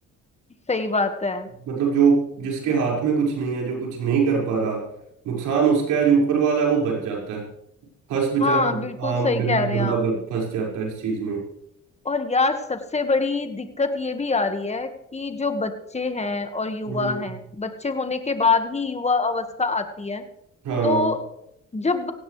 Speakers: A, on the left; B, on the right.
A: सही बात है
B: मतलब जो जिसके हाथ में कुछ नहीं है जो कुछ नहीं कर पा रहा नुकसान उसका है जो ऊपर वाला है वो बच जाता है फंस बेचारा
A: हाँ बिल्कुल
B: आम
A: सही
B: गरीब
A: कह रहे
B: बंदा
A: हैं आप
B: बच फंस जाता है इस चीज में
A: और यार सबसे बड़ी दिक्कत ये भी आ रही है कि जो बच्चे हैं और युवा
B: हम्म
A: हैं बच्चे होने के बाद ही युवा अवस्था आती है
B: हाँ
A: तो जब